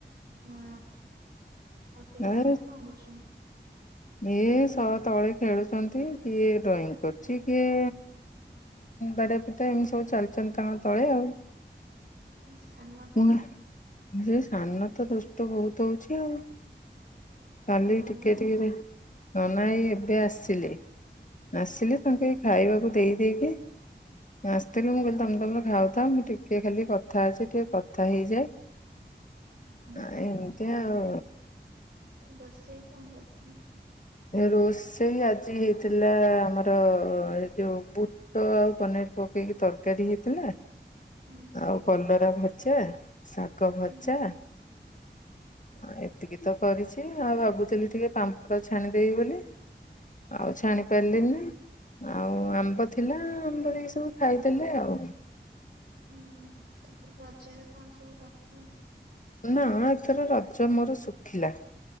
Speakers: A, on the right (about 60°); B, on the left (about 45°).
A: ହଁ ଆଉ ପିଲାମାନେ
B: ଏ
A: କଣ କରୁଛନ୍ତି?
B: ଇଏ ସହ ତଳେ ଖେଳୁଛନ୍ତି କିଏ ଡ୍ରଇଂ କରୁଚି କିଏ ବାଡିଆ ପିଟ୍ ପିଟା ଏମିତି ସବୁ ଚାଲିଚନ୍ତି ତାଙ୍କର ତଳେ ଆଉ।
A: ସାନଟା
B: ମୁଁ ସେ ସାନ ତ ଦୁଷ୍ଟ ବହୁତ ହଉଛି ଆଉ। କାଲି
A: ଆଉ ନନା
B: ଟିକେ ଟିକେରେ ନନା ଏଇ ଏବେ ଆସିଲେ। ଆସିଲେ ତାଙ୍କୁ
A: ହୁଁ
B: ଏଇ ଖାଇବାକୁ ଦେଇ ଦେଇକି ଆସିଥିଲି ମୁଁ କହିଲି ତମେ ତମର ଖାଉଥା ମୁଁ ଟିକେ ଖାଲି କଥା ଅଛି ଟିକେ କଥା ହେଇଯାଏ
A: ହୁଁ
B: ଆଉ ଏମିତି ଆଉ।
A: ରୋଷେଇ କଣ କରିଥିଲେ?
B: ରୋଷେଇ ଆଜି ହେଇଥିଲା ଆମର ଏ ଯୋଉ ବୁଟ ଆଉ ପନିର ପକେଇକି ତରକାରୀ ହେଇଥିଲା।
A: ହୁଁ।
B: ଆଉ କଲରା ଭଜା ଶାଗ ଭଜା।
A: ହୁଁ
B: ଆଉ ଏତିକି ତ କରିଛି ଆଉ ଭାବୁଥିଲି ଟିକେ ପାମ୍ପଡ ଛାଣିଦେବି ବୋଲି। ଆଉ
A: ହୁଁ
B: ଛାଣି ପାରିଲିନି ଆଉ ଆମ୍ବ ଥିଲା ଆମ୍ବରେ ଏ ସବୁ ଖାଇ ଦେଲେ ଆଉ।
A: ହୁଁ ଏଥର ରଜରେ କଣ ସବୁ କରିଥିଲ?
B: ନା ଏଥର ରଜ ମୋର ଶୁଖିଲା।